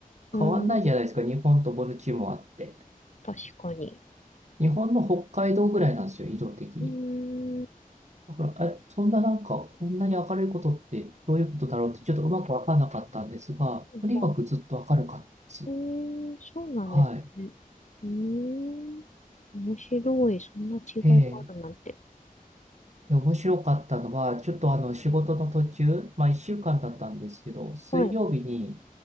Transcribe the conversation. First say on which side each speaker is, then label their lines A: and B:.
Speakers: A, on the left; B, on the right.
A: うーん、
B: 変わんないじゃないですか。日本とボルチモアって。
A: 確かに。
B: 日本の北海道ぐらいなんですよ、緯度的に。
A: うーん、
B: だから、え、そんななんか、こんなに明るいことってどういうことだろうってちょっとうまくわかんなかったんですが、
A: まあ
B: とにかくずっと明るかったです。
A: えー、そうなんですね。
B: はい。
A: うーん。面白い。そんな違いがあるなんて。
B: ええで、面白かったのは、ちょっとあの、仕事の途中、まあ、一週間だったんですけど、水曜日に、
A: はい。